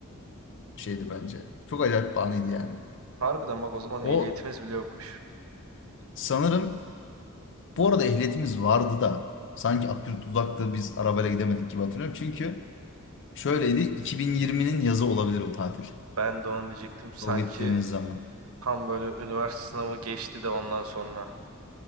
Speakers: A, on the left; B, on the right.
A: bir şeydi bence. Çok acayip bir anıydı yani.
B: Harbiden bak o zaman
A: O
B: ehliyetimiz bile yokmuş.
A: sanırım Bu arada ehliyetimiz vardı da sanki Akyurt uzaktı biz arabayla gidemedik gibi hatırlıyorum. Çünkü şöyleydi 2020'nin yazı olabilir o tatil.
B: Ben de onu diyecektim. Sanki
A: O gittiğimiz zaman.
B: tam böyle üniversite sınavı geçti de ondan sonra